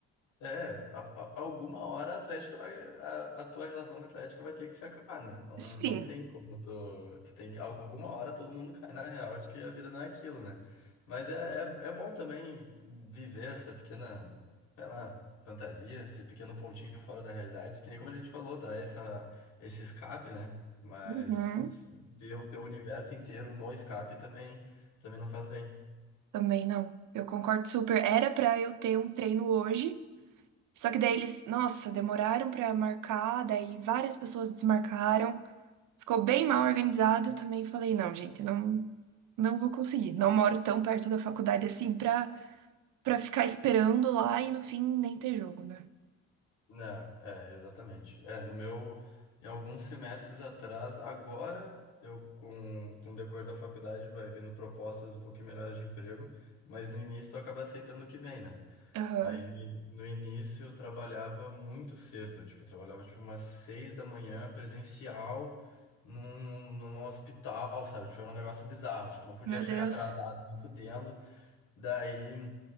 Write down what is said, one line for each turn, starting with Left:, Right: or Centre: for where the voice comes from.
Left: É, a- a- alguma hora a Atlética vai, a, a tua relação com a Atlética vai ter que se acabar, né? Não,
Right: Sim.
Left: não tem como tu, tu tem, que- alguma hora todo mundo cai na real de que a vida não é aquilo, né? Mas é, é, é bom também viver essa pequena, sei lá, fantasia, esse pequeno pontinho fora da realidade, que nem como a gente falou, dá essa, esse escape, né? Mas
Right: Uhum.
Left: ter o teu universo inteiro no escape também, também não faz bem.
Right: Também não. Eu concordo super. Era pra eu ter um treino hoje, só que daí eles, nossa, demoraram pra marcar, daí várias pessoas desmarcaram. Ficou bem mal organizado. Eu também falei, não, gente, não não vou conseguir. Não moro tão perto da faculdade assim pra para ficar esperando lá e no fim nem ter jogo, né?
Left: né é, exatamente. É, no meu, em alguns semestres atrás, agora eu com, com o decorrer da faculdade vai vendo propostas um pouquinho melhores de emprego, mas no início tu acaba aceitando o que vem, né?
Right: Aham.
Left: Aí no, no início eu trabalhava muito cedo, tipo, eu trabalhava tipo umas seis da manhã presencial num, num hospital, sabe? Tipo, era um negócio bizarro, tipo, não podia
Right: Meu
Left: chegar
Right: Deus.
Left: atrasado, nem fudendo. Daí